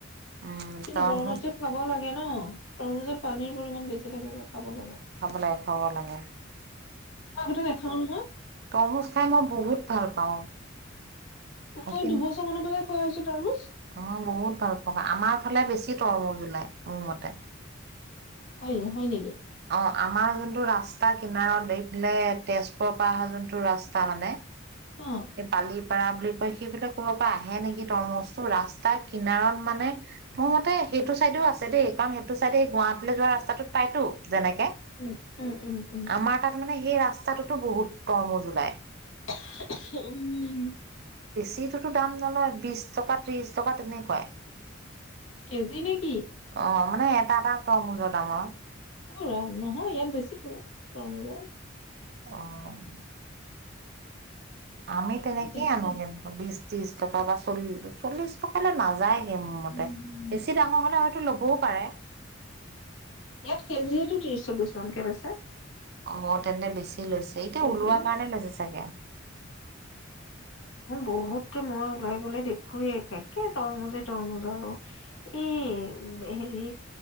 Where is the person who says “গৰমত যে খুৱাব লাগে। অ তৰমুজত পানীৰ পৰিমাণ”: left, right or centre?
Left